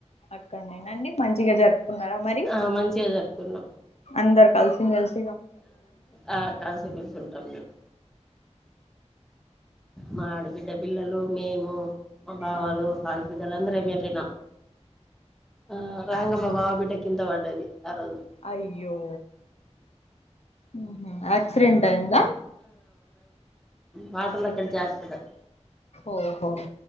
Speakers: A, on the left; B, in the centre.
A: అక్కడనేేనండి మంచిగా జరుపుకున్నారా మరి
B: ఆ మంచిగా జరుపుకున్నాం
A: అందరు కలిసి <unintelligible>
B: ఆ కలిసి మెలిసి వుంటాం మేము మా ఆడబిడ్డ పిల్లలు మేము మా బావాలు
A: ఆ
B: ఆడబిడ్డలు అందరం వెళ్ళినం ఆ రాంగనే
A: ఆ
B: మా బావ బిడ్డ కింద పడ్డది ఆ రోజు
A: అయ్యో ఆహా అ సిడెంట్ అయిందా
B: వాటర్ల కేళి జారి పడ్డది
A: ఓహో